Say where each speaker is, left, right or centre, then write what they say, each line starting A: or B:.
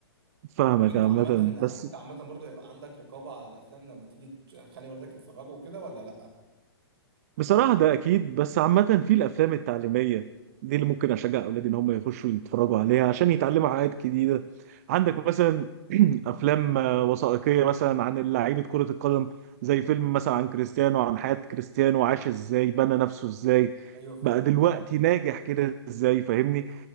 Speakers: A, on the right (about 35°); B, on the right (about 65°).
A: فاهمك
B: طب انت
A: عامه
B: عامة
A: بس
B: انت عامة برضو يبقى عندك رقابة على الافلام لما تيجي تخلي والدك يتفرجوا وكده ولا لا؟
A: بصراحه ده اكيد بس عامه في الافلام التعليميه دي اللي ممكن اشجع اولادي ان هم يخشوا يتفرجوا عليها عشان يتعلموا حاجات جديده عندك مثلا <clears throat> افلام آه، وثائقيه مثلا عن لعيبه كره القدم زي فيلم مثلا عن كريستيانو عن حياه كريستيانو عاش ازاي بنى نفسه ازاي
B: ايوه فاهمك
A: بقى دلوقتي
B: فاهم
A: ناجح كده ازاي فاهمني